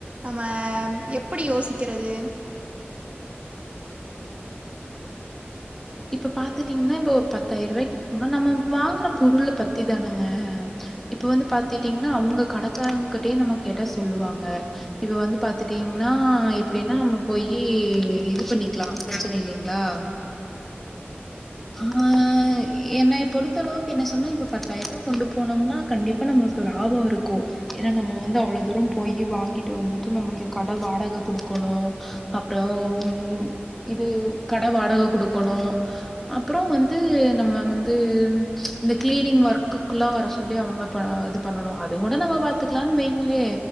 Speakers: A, on the right (about 30°); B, in the centre.
A: நம்ம எப்டி யோசிக்கிறது
B: இப்ப பாத்துட்டீங்கன்னா இப்ப ஒரு பத்தாயிரம் ரூபாய்க்கு போனா நம்ம வாங்குற பொருளை பத்தி தானேங்க இப்ப வந்து பாத்துட்டீங்கன்னா அவங்க கடக்கங்கிட்டயே நம்ம கேட்டா சொல்லுவாங்க இப்ப வந்து பாத்துட்டீங்கன்னா இப்படின்னா நம்ம போயி இது பண்ணிக்கலாம் பிரச்சனை இல்லைங்களா ஆஹ் என்ன பொறுத்த அளவுக்கு என்ன சொன்னும் இப்ப பத்தாயிரம் ரூபாய் கொண்டு போனோம்னா கண்டிப்பா நம்மளுக்கு லாபம் இருக்கும் ஏன்னா நம்ம வந்து அவ்வளவு தூரம் போயி வாங்கிட்டு வந்துட்டு நம்ம இங்க கடை வாடகை கொடுக்கணும் அப்புறம் உ இது கடை வாடகை கொடுக்க க்கணும் அப்புறம் வந்து நம்ம வந்து இந்த கிளீனிங் ஒர்க்குக்குல்லாம் வர சொல்லி அவங்க இது பண்ணணும் அது கூட நம்ம பாத்துக்கலாம்னு வைங்களே